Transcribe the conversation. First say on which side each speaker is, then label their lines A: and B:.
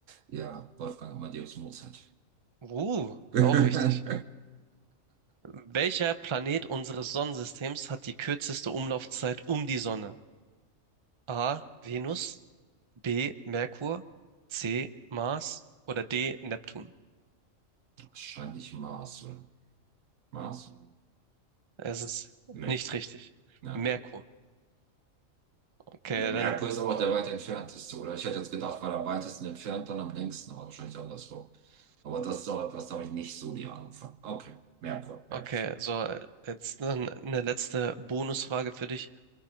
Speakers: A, on the right; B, on the right.
A: ja, Wolfgang Amadeus Mozart.
B: Uh,
A: <laughs>
B: auch richtig. Welcher Planet unseres Sonnensystems hat die kürzeste Umlaufzeit um die Sonne? A. Venus, B. Merkur, C. Mars oder D. Neptun?
A: Wahrscheinlich Marcel. Marcel?
B: Es ist
A: Nee.
B: nicht richtig.
A: Ja.
B: Merkur. Okay,
A: Ja, Merkur
B: dann
A: ist aber auch der weit entfernteste, oder? Ich hätte jetzt gedacht, weil am weitesten entfernt, dann am längsten, aber wahrscheinlich andersrum. Aber das ist auch etwas, da habe ich nicht so die Ahnung von. Okay, Merkur, merke
B: Okay,
A: ich.
B: so äh, jetzt dann eine letzte Bonusfrage für dich.